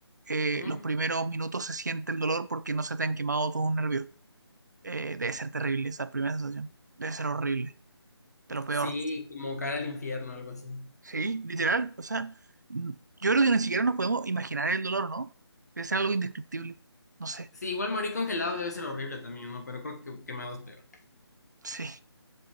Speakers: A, on the right; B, on the left.
A: eh,
B: Ujú.
A: los primeros minutos se siente el dolor porque no se te han quemado todos los nervios. Eh, debe ser terrible esa primera sensación. Debe ser horrible, de lo peor.
B: Sí, como cara al infierno, algo así.
A: Sí, literal. O sea, n- yo creo que ni siquiera nos podemos imaginar el dolor, ¿no? Debe ser algo indescriptible. No sé.
B: Sí, igual morir congelado debe ser horrible también, ¿no? Pero creo que quemado es peor.
A: Sí.